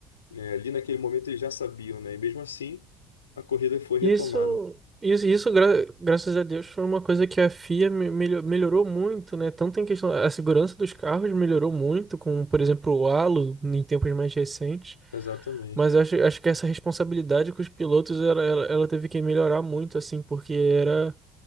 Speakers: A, on the left; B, on the right.
A: É, ali naquele momento eles já sabiam, né? E mesmo assim, a corrida foi retomada.
B: Isso, isso, isso gra- graças a Deus, foi uma coisa que a FIA me- melho- melhorou muito, né? Tanto em questão, a segurança dos carros melhorou muito, com, por exemplo, o halo em tempos mais recentes.
A: Exatamente.
B: Mas eu acho, acho que essa responsabilidade com os pilotos, ela, ela, ela teve que melhorar muito, assim, porque era,